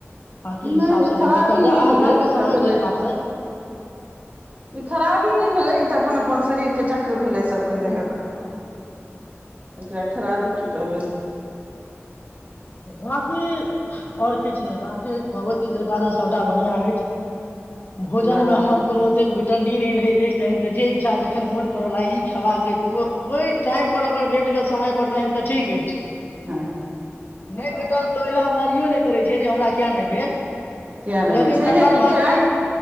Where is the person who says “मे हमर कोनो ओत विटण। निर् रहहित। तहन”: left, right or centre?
Left